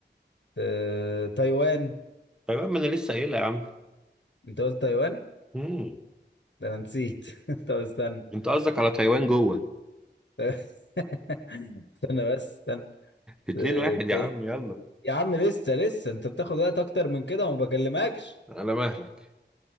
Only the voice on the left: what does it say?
آه، تايوان
انت قلت تايوان
ده انا نسيت <laughs> انت استنى
<laughs> استنى بس استنى
ت-
ت-
يا عم لسه لسه انت بتاخد وقت اكتر من كده وما بكلمكش